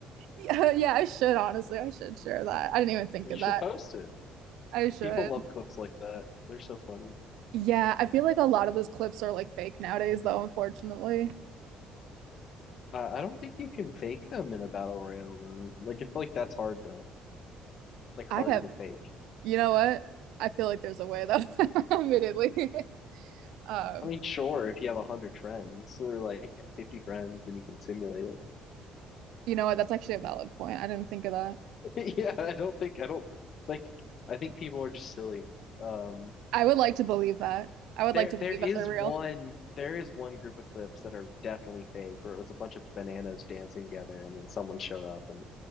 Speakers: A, on the right; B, on the left.
A: Yeah, yeah, I should honestly. I should share that. I didn't even think
B: You
A: of that.
B: should post it.
A: I should.
B: People love clips like that. They're so funny.
A: Yeah, I feel like a lot of those clips are like fake nowadays, though, unfortunately.
B: Uh, I don't think you can fake them in a battle royale though. Like I feel like that's hard to like harder
A: I have,
B: to fake.
A: you know what? I feel like there's a way, though, <laughs> admittedly. <laughs> Um,
B: I mean, sure, if you have a hundred friends, so they're like fifty friends, and you can simulate
A: you know what? That's actually a valid point. I didn't think of that.
B: it. <laughs> yeah, I don't think I don't like. I think people are just silly. Um,
A: I would like to believe that. I would
B: There,
A: like to
B: there
A: believe
B: is
A: that they're real.
B: one. There is one group of clips that are definitely fake, where it was a bunch of bananas dancing together, and then someone showed up, and